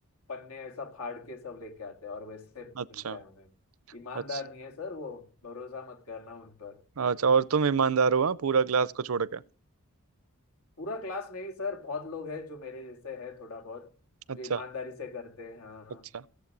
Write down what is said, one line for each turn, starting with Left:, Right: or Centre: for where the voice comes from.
Left: पन्ने ऐसा फाड़ के सब लेके आते हैं और वैसे
Right: अच्छा
Left: मिलता है उन्हें ईमानदार
Right: अच्छा
Left: नहीं है सर वो भरोसा मत करना उन पर
Right: अच्छा और तुम ईमानदार हो हाँ पूरा क्लास को छोड़ के
Left: पूरा क्लास नहीं सर बहुत लोग हैं जो मेरे जैसे है थोड़ा बहुत
Right: अच्छा
Left: जो ईमानदारी से करते हैं हाँ
Right: अच्छा